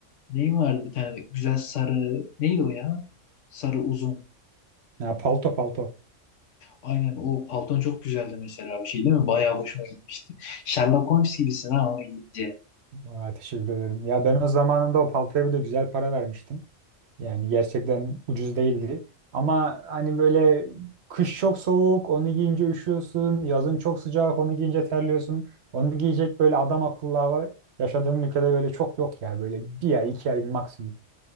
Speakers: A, on the left; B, on the right.
A: neyin vardı bir tane güzel sarı neydi o ya? Sarı uzun.
B: Ya palto palto.
A: Aynen o palton çok güzeldi mesela bir şey değil mi? Bayağı hoşuma gitmişti. Sherlock Holmes gibisin ha onu giyince.
B: Aa, teşekkür ederim. Ya ben o zamanında o paltoya bir de güzel para vermiştim. Yani gerçekten ucuz değildi. Ama hani böyle kış çok soğuk, onu giyince üşüyorsun. Yazın çok sıcak, onu giyince terliyorsun. Onu giyecek böyle adam akıllı hava yaşadığım ülkede böyle çok yok ya. Böyle bir ay, iki ay maksimum.